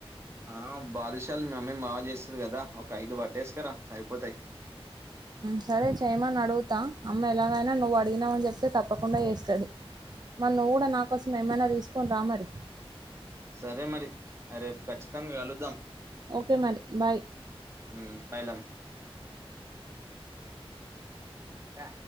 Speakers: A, on the right (about 25°); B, on the right (about 45°).
A: ఆ బాథషాల్ ని మమ్మీ బాగా చేస్తారు కదా ఒక ఐదు బట్ట వేసుకుారా సరిపోతాయి
B: సరే చేయమని అడుగుతా అమ్మ ఎలాగైనా నువ్వు అడిగినావ అని చెప్తే తప్పకుండా చేస్తుంది మరి నువ్వు కూడా నాకోసం ఏమైనా తీసుకుని రా మరి
A: సరే మరి రేపు ఖచ్చితంగా వెలుద్దాం
B: ఓకే మరి బాయ్
A: ఉమ్, పైలం డా